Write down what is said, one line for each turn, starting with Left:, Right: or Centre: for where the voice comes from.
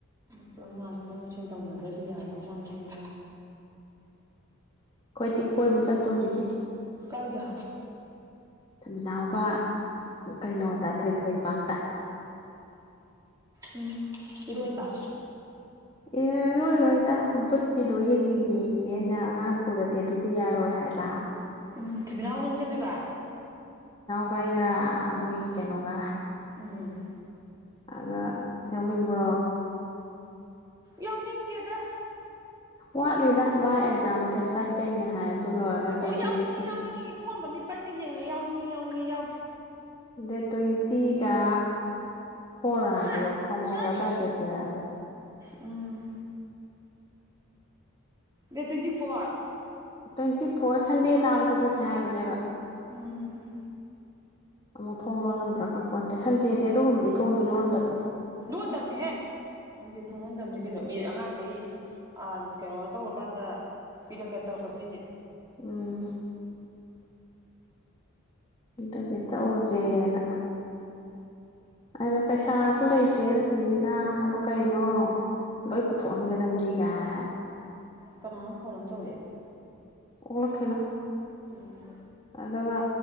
Right: ꯄꯨꯂꯞ ꯉꯥꯛꯊꯣꯛ ꯉꯥꯏꯁꯤꯟ ꯇꯧꯅꯗ꯭ꯔꯗꯤ ꯌꯥꯗꯧ ꯃꯥꯟꯗꯦꯅ ꯍꯥꯏꯔꯛꯄꯅꯤ
Left: ꯑꯩꯈꯣꯏꯗꯤ ꯀꯣꯏꯕ ꯆꯠꯇꯣꯔꯤꯌꯦ
Right: ꯀꯥꯏꯗ
Left: ꯊꯨꯅꯥꯎꯒ ꯀꯩꯅꯣꯗ ꯊꯣꯏꯊꯣꯏꯄꯥꯛꯇ
Right: ꯎꯝ ꯏꯔꯣꯏꯕ
Left: ꯑꯦꯔꯣꯏꯔꯣꯏ ꯇ ꯚꯠꯀꯤꯗꯣ ꯌꯦꯡꯅꯤꯡꯉꯌꯦꯅ ꯑꯉꯥꯡ ꯄꯨꯔꯗꯤ ꯑꯗꯨꯗꯤ ꯌꯥꯔꯣꯏ ꯍꯥꯏꯕ
Right: ꯎꯝ ꯊꯃꯤꯅ ꯑꯎꯅꯍ ꯆ ꯇꯩꯕꯥ
Left: ꯥꯏꯒ ꯃꯣꯏ ꯀꯩꯅꯀ
Right: ꯎꯝ
Left: ꯑꯗ ꯌꯥꯎꯅꯤꯡꯕ꯭ꯔꯣ
Right: ꯌꯥꯎꯅꯤꯡꯗꯦꯗ
Left: ꯋꯥꯠꯂꯤꯗ ꯃꯥꯥꯏ ꯑꯦꯛꯖꯥꯝ ꯗꯦꯠ ꯐꯥꯏꯚꯇꯩꯒꯤꯅꯦ ꯍꯥꯏ ꯂꯣꯏꯔꯒ ꯗꯦꯠ
Right: ꯑꯣ
Left: ꯇ꯭ꯋꯦꯟꯇꯤ
Right: ꯌꯥꯎꯅꯤꯡꯉꯦ ꯌꯥꯎꯅꯤꯡꯉꯤ ꯏꯕꯨꯡꯉꯝꯕ ꯃꯤꯄꯩꯅ ꯌꯦꯡꯉꯦ ꯌꯥꯎꯅꯤꯡꯉꯦ ꯌꯥꯎꯅꯤꯡꯉꯦ ꯌꯥꯎꯒꯦ
Left: ꯗꯦꯇꯣꯏ ꯊꯤꯒ ꯐꯣꯔ ꯍꯥꯏꯕ꯭ꯔꯣ
Right: ꯃꯥ
Left: ꯐꯕ
Right: ꯌꯥꯎꯔꯤꯁꯤ
Left: ꯍꯥꯏꯕ꯭ꯔꯣꯗꯏ ꯀꯁꯤ ꯍꯥꯏꯕ꯭ꯔ
Right: ꯎꯝ ꯗ ꯇ꯭ꯋꯦꯟꯇꯤ ꯐꯣꯔ
Left: ꯇ꯭ꯋꯦꯟꯇꯤ ꯐꯣꯔ ꯁꯟꯗꯦ ꯇꯥꯕꯗ ꯆꯠꯁꯦ ꯍꯥꯏꯕꯅꯦꯕ
Right: ꯎꯝ
Left: ꯑꯃꯨꯛ ꯊꯣꯡ ꯂꯣꯜꯂꯝꯕ꯭ꯔꯥ ꯈꯪꯄꯣꯟ ꯅꯠꯇꯦ ꯁꯟꯗꯦꯗꯤ ꯑꯗꯨꯒꯨꯝꯕꯗꯤ ꯊꯣꯡꯗꯤ ꯂꯣꯟꯗꯕꯅꯤ
Right: ꯂꯣꯟꯗꯕꯅꯤꯍꯦ ꯈꯪꯗꯦ ꯊꯣꯡꯉꯣꯟꯗꯕꯅꯤ ꯀꯩꯅꯣ ꯃꯤ ꯑꯉꯥꯡꯈꯩ ꯀꯩꯅꯣ ꯇꯧꯔꯀꯥꯟꯗ ꯄꯤꯔꯛꯀꯦ ꯇꯧꯔꯛꯀꯗꯣꯏꯅꯦ
Left: ꯎꯝ ꯀꯇꯣ ꯀꯊ ꯑꯣꯖꯦꯅ ꯑꯩꯅ ꯄꯩꯁꯥꯕꯨ ꯂꯩꯇꯦꯗ ꯊꯣꯏꯕꯤꯅ ꯍꯥꯏꯕ ꯀꯩꯅꯣ ꯂꯣꯏ ꯄꯨꯊꯣꯛꯍꯟꯒꯗꯝꯕꯅꯤꯒꯥꯏ
Right: ꯀꯅꯥꯅꯣ ꯐꯣꯟ ꯑꯃ ꯇꯧꯔꯛꯏ
Left: ꯑꯣꯛꯂꯛꯈꯤꯅꯣ
Right: ꯎꯝ
Left: ꯑꯗꯨꯒ